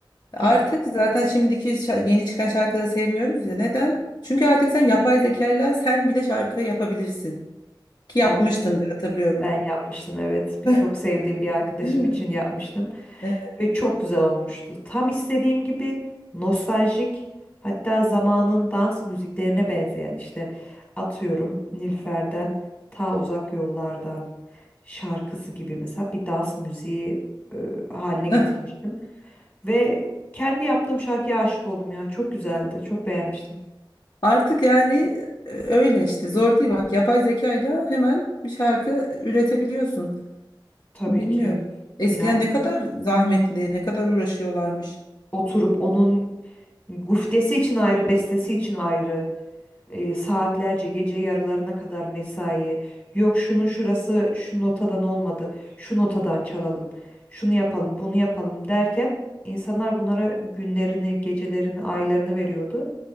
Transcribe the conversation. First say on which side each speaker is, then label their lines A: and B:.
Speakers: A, on the left; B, on the left.
A: Artık
B: Tabii.
A: zaten şimdiki şa- yeni çıkan şarkıları sevmiyoruz ya. Neden? Çünkü artık sen yapay zekayla sen bile şarkı yapabilirsin. Ki yapmıştın
B: Abi
A: da hatırlıyorum.
B: ben yapmıştım evet. Bir çok
A: Eh,
B: sevdiğim bir arkadaşım
A: Değil mi?
B: için yapmıştım
A: Evet.
B: ve çok güzel olmuştu. Tam istediğim gibi nostaljik hatta zamanın dans müziklerine benzeyen işte atıyorum Nilüfer'den Ta Uzak Yollardan şarkısı gibi mesela bir dans müziği e, haline getirmiştim.
A: Eh,
B: Ve kendi yaptığım şarkıya aşık oldum ya. Çok güzeldi. Çok beğenmiştim.
A: Artık yani e, öyle işte zor değil. Bak yapay zekayla hemen bir şarkı üretebiliyorsun.
B: Tabii
A: Bilmiyorum.
B: ki.
A: Eskiden
B: Yani
A: ne kadar zahmetli, ne kadar uğraşıyorlarmış.
B: oturup onun guftesi için ayrı, bestesi için ayrı, e, saatlerce gece yarılarına kadar mesai. Yok şunun şurası şu notadan olmadı. Şu notadan çalalım. Şunu yapalım, bunu yapalım derken insanlar bunlara günlerini, gecelerini, aylarını veriyordu.